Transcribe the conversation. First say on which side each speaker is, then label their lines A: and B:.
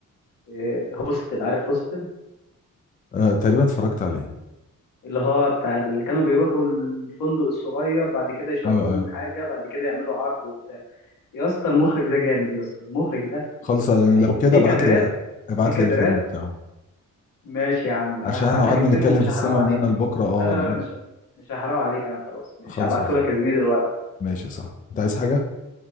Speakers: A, on the left; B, on the left.
A: آه، هوستل عارف هوستل
B: آه تقريبا اتفرجت عليه
A: اللي هو بتاع اللي كانوا بيروحوا الفندق الصغير بعد كده يشربوهم
B: ايوه ايوه
A: حاجة بعد كده يعملوا عرض وبتاع يا اسطى المخرج ده جامد يا اسطى المخرج ده
B: خلص لو
A: يعني
B: كده
A: في
B: ابعت
A: كادرات
B: لي بقى ابعت
A: في كادرات
B: لي الفيلم بتاعه
A: ماشي يا عم انا
B: عشان
A: هبعت
B: احنا
A: لك
B: قعدنا
A: الفيلم
B: نتكلم
A: ومش
B: في السينما
A: هحرقه عليك
B: من هنا لبكره اه
A: لا لا
B: الع-
A: لا لا، مش مش هحرقه عليك انا خلاص ماشي
B: خالص
A: هبعته
B: يا سيدي
A: لك يا زميلي دلوقتي
B: ماشي يا صاحبي انت عايز حاجه